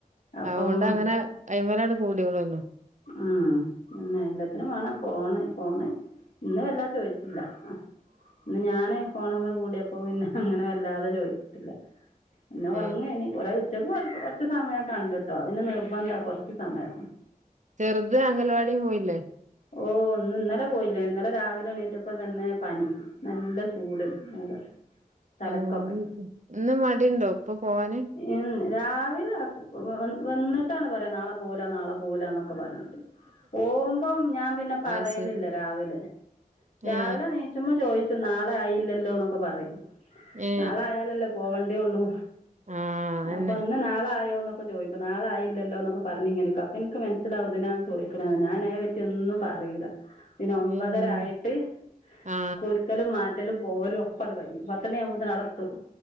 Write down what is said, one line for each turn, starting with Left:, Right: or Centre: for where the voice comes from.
Left: അപ്പം
Right: അതുണ്ടാവും അങ്ങനെ അയ്മലാണ്ട് കൂടിയോള്ളു ഉം
Left: ഉം എന്ന എല്ലാത്തിനും വാണം ഫോണ് ഫോണ് ഇന്ന് വല്ലാ ചോയിച്ചു ഇല്ല ഇന്ന് ഞാന് ഫോണ കൂടിയപ്പം പിന്നെ അങ്ങനെ വല്ലാതെ ചോയിച്ചിട്ടില്ല പിന്നെ ഒർങ്ങേനി
Right: ഏ
Left: കൊറെേ ഉച്ചക്ക് കൊർച്ച് സമയം കണ്ടിട്ടോ പിന്നെ നിർബന്ധ കൊർച്ച് സമയം
Right: ചെർത് അംഗൽവാടീ പോയില്ലേ
Left: ഓ ഒന്ന് ഇന്നലെ പോയില്ല ഇന്നലെ രാവിലെ എണീറ്റപ്പം തന്നെ പനി നല്ല ചൂട് മേലൊക്കെ തലക്കൊക്കെ
Right: ഉം ഇന്ന് മടിണ്ടോ ഇപ്പൊ പോവാന്
Left: ഉം രാവിലെ വ വന്നിട്ടാണ് പറ <unintelligible> നാളെ പോവൂല നാളെ പോവൂലാന്നൊക്കെ പറഞ്ഞു പോവും <unintelligible> ഞാൻ പിന്നെ പറയലില്ല
Right: അത് ശരി
Left: രാവിലെ രാവിലെ
Right: ഏ
Left: എനീചുമ്പ ചോദിച്ചു ന <unintelligible> ആയില്ലല്ലോ എന്നൊക്കെ പറയും
Right: ഏ
Left: നാളെ ആയാലല്ലേ പോവണ്ടേള്ളൂ
Right: ആ അന്നെ
Left: അപ്പൊ ഇന്ന് നാളെ ആയോന്നൊക്കെ ചോദിക്കും നാളൊയില്ലല്ലോ എന്നൊക്കെ പറഞ്ഞി <unintelligible> അപ്പൊ എനിക്ക് മനസ്സിലാവും ഇതിനാണ് ചോദിക്കണെന്ന് ഞാന് അതിന വി മറ്റൊന്നും പറയൂല പിന്നെ ഒമ്പതര
Right: ഉം
Left: ആയിട്ട്
Right: ആ
Left: കുളിക്കലും മാറ്റലും പോവലും ഒപ്പടങ്ങ് കഴിയും പത്ത് മണി ആവുമ്പോ തന്നെ അവിടെ എത്തും